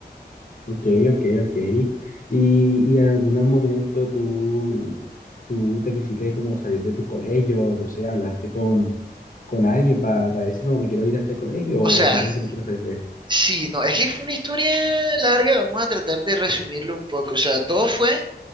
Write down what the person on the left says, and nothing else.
Ok, ok, ok. ¿Y, y en algún momento tú, tú te quisiste como salir de tu colegio, no sé, hablaste con, con alguien para decir, no, me quiero ir a este colegio
o
simplemente me quiero salir de esto?